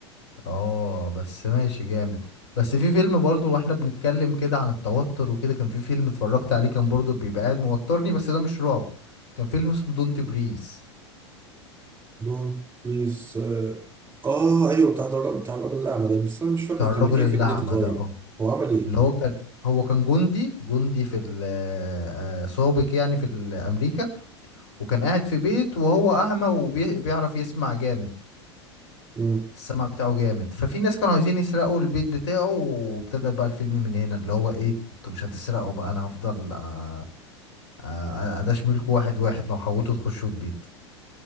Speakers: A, on the left; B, on the right.
A: اه بس ماشي جامد بس في فيلم برضو واحنا بنتكلم كده عن التوتر وكده كان في فيلم اتفرجت عليه كان برضو بيبقى قاعد موترني بس ده مش رعب كان فيلم اسمه دونت بريس
B: دون بريز اه آه، ايوه بتاع الراجل بتاع الراجل الاعمى ده بس انا مش فاكره
A: بتاع
B: كان
A: الراجل
B: ايه
A: الأعمى
B: فكرته طيب
A: ده اه
B: هو عمل ايه؟
A: اللي هو كان هو كان جندي جندي في ال- آه، سابق يعني في ال- أمريكا وكان قاعد في بيت وهو أعمى وبيعرف يسمع جامد
B: مم.
A: السمع بتاعه جامد ففي ناس كانوا عايزين يسرقوا البيت بتاعه وابتدى بقى الفيلم من هنا اللي هو ايه انتوا مش هتسرقوا بقى انا هفضل آه، آه، اداش ملك واحد واحد لو حاولتوا تخشوا البيت